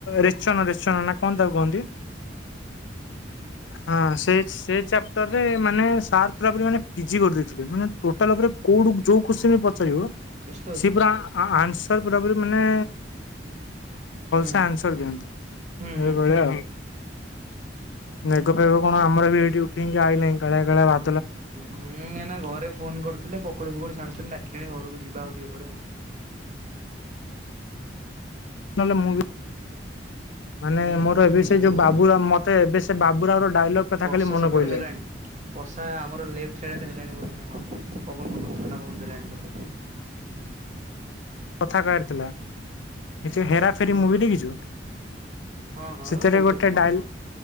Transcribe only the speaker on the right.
ହୁଁ ହୁଁ।
ବ୍ୟସ୍ତ ଅଛି
ହୁଁ।
ହୁଁ ହୁଁ।
ହୁଁ ହୁଁ ନା ଘରେ ଫୋନ କରିଥିଲେ ପକୁଡ଼ି ଫକୁଡି ଛାଣୁଛନ୍ତି ଡାକିଲେଣି ଘରକୁ ଯିବା ଆଉ ଟିକେ ପରେ ଆଉ।
ହୁଁ
ହୁଁ
ହଉ
ଯିବ
ଆଉ।
ବର୍ଷା
ସେପଟେ
ହେଲାଣି? ବର୍ଷା ଆମର ଲେଫ୍ଟ ସାଇଡ ଆଡେ ହେଲାଣି ବୋଧ ନା କଣ ପବନ ଫବନ ଥଣ୍ଡା ପବନ ଦେଲାଣି। ହୁଁ।
ହୁଁ
ହଁ ହଁ
ବହୁତ
ଥର ଦେଇଛି।